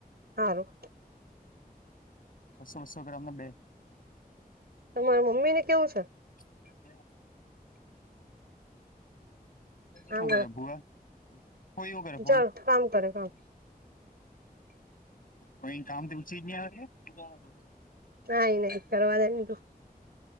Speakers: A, on the right; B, on the left.
A: હારું.
B: બસો બસો ગ્રામને બે
A: તમારા મમ્મી ને કેવું છે.
B: <unintelligible> શું
A: આમ
B: કર ભુવા હોય કર ફોય.
A: ચાલ કામ કરે કામ
B: કોઈ કામ ઓછી જ નહીં આવે છે.
A: નહી નહી કરવા દે તું.